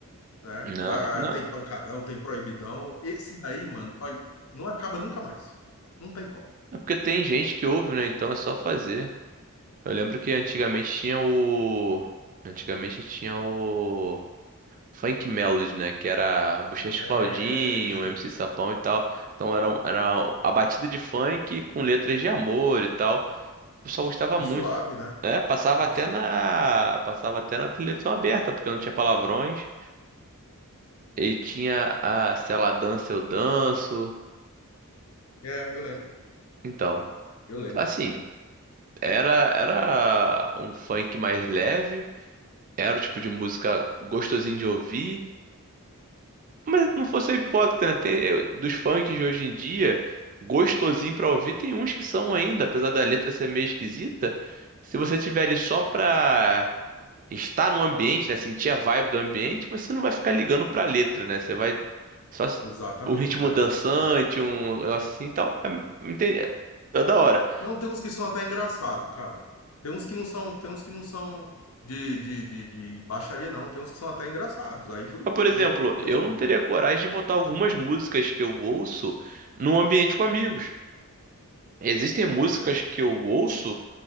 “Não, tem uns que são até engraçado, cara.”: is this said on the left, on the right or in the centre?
Left